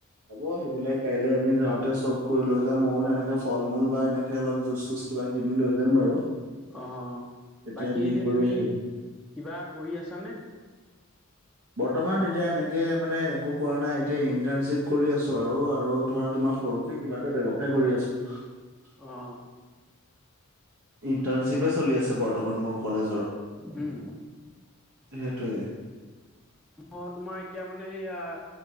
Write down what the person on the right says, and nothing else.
হ'ব সেইবিলাক কাইলৈ আমি যাওঁতে চব কৰি লৈ যাম ময়ো তেনেকে ফল মূল বা এনেকে অলপ জুচ চুচ কিবা কিনি লৈ যাম বাৰু।
তেতিয়া
দি
কৰি
আহিম
বৰ্তমান তেতিয়া এনেকে মানে একো কৰা নাই এতিয়া ইন্টাৰ্ণশ্বিপ কৰি আছো আৰু আৰু ধৰা তোমা- আহ সৰুকে কিবা এটা ব্যৱসায় কৰি আছ-
ইণ্টাৰ্ণশ্বিপে চলি আছে বৰ্তমান মোৰ কলেজৰ
সেইটোৱে